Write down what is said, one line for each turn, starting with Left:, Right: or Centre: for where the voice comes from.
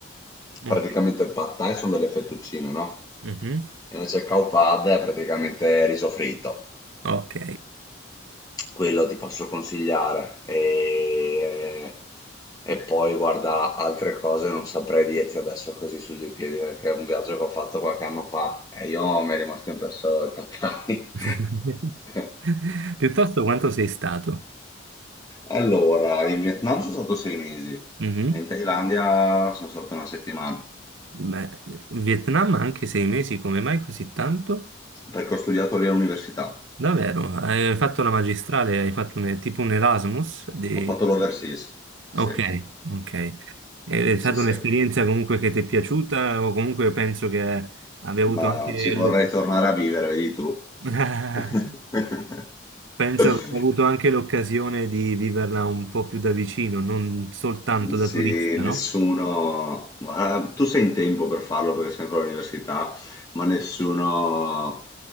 Right: Ok.
Left: Praticamente il pad thai sono delle fettuccine, no?
Right: Mhm.
Left: Invece il cow pad è praticamente riso fritto.
Right: Ok.
Left: Quello ti posso consigliare. E... e poi guarda, altre cose non saprei dirti adesso così su due piedi, perché è un viaggio che ho fatto qualche anno fa e io mi è rimasto impresso il Pad Thai.
Right: <laughs>
Left: <laughs>
Right: Piuttosto quanto sei stato?
Left: Allora, in Vietnam sono stato sei mesi,
Right: Mhm.
Left: in Thailandia sono stato una settimana,
Right: Beh, Vietnam anche sei mesi, come mai così tanto?
Left: perché ho studiato lì all'università.
Right: Davvero? Hai fatto la magistrale, hai fatto un- tipo un Erasmus? di-
Left: Ho fatto l'overseas.
Right: Ok,
Left: Sì,
Right: ok. È stata
Left: sì, sì.
Right: un'esperienza comunque che ti è piaciuta o comunque penso che abbia avuto
Left: Ma
Right: anche
Left: ci vorrei
Right: l'oc-
Left: tornare a vivere, vedi tu.
Right: <laughs>
Left: <laughs>
Right: penso abbia avuto anche l'occasione di viverla un po' più da vicino, non soltanto
Left: Sì,
Right: da turista,
Left: nessuno,
Right: no?
Left: ma tu sei in tempo per farlo perché sei ancora all'università, ma nessuno ha